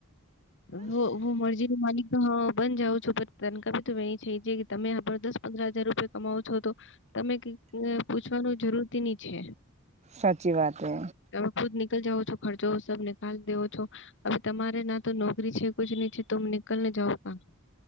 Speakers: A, on the left (about 60°); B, on the right (about 30°).
A: હ હું મરજી માલિક હા બન જાઉં છું પ તન એ છે જે કે તમે જબરદસ્ત પદર હજાર રૂપિયા કમાવો છો, તો તમે પૂછવાનું જરૂરથીની છે
B: સાચી વાત હે
A: તમે ખુદ નીકળ જાાવ છો, ખર્ચો સબ નીળ માલ દેવો છો, હવે તમારે ના તો નોકરી છે. કુછ નહી, છે. તુમ નીકળન જાાવો કહા